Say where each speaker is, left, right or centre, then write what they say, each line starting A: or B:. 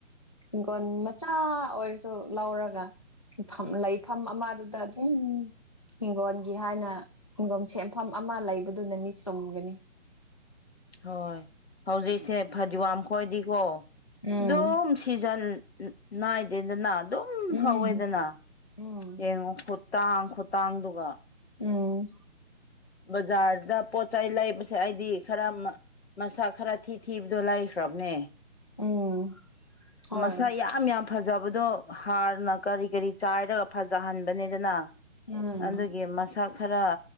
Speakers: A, on the left; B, on the left.
A: ꯍꯤꯡꯈꯣꯟ ꯃꯆꯥ ꯑꯣꯏꯔꯁꯨ ꯂꯧꯔꯒ ꯂꯩꯐꯝ ꯑꯃꯗꯨꯗ ꯑꯗꯨꯝ ꯍꯤꯡꯒꯣꯜꯒꯤ ꯍꯥꯏꯅ ꯍꯤꯡꯒꯣꯜ ꯁꯦꯝꯐꯝ ꯑꯃ ꯂꯩꯕꯗꯨꯅꯅꯤ ꯆꯨꯝꯒꯅꯤ
B: ꯍꯣꯏ ꯍꯧꯖꯤꯛꯁꯦ ꯐꯗꯤꯋꯥꯝ ꯈꯣꯏꯗꯤꯀꯣ
A: ꯎꯝ
B: ꯑꯗꯨꯝ ꯁꯤꯤꯖꯟ ꯅꯥꯏꯗꯦꯗꯅ ꯑꯗꯨꯝ
A: ꯎꯝ
B: ꯍꯧꯋꯦꯗꯅ
A: ꯎꯝ
B: ꯌꯦꯡꯉꯣ ꯇꯥꯡꯈꯨꯇꯥꯡꯗꯨꯒ
A: ꯎꯝ
B: ꯕꯖꯥꯔꯗ ꯄꯣꯠꯆ ꯆꯩ ꯂꯩꯕꯁꯦ ꯑꯩꯗꯤ ꯈꯔ ꯃꯁꯛ ꯈꯔ ꯊꯤ ꯊꯤꯕꯗꯣ ꯂꯩꯈ꯭ꯔꯕꯅꯦ
A: ꯎꯝ ꯍꯣꯏ
B: ꯃꯁꯛ ꯌꯥꯝ ꯌꯥꯝ ꯐꯖꯕꯗꯣ ꯍꯥꯔꯅ ꯀꯔꯤ ꯀꯔꯤ ꯆꯥꯏꯔꯒ ꯐꯖꯍꯟꯕꯅꯦꯗꯅ
A: ꯎꯝ
B: ꯑꯗꯨꯒꯤ ꯃꯁꯛ ꯈꯔ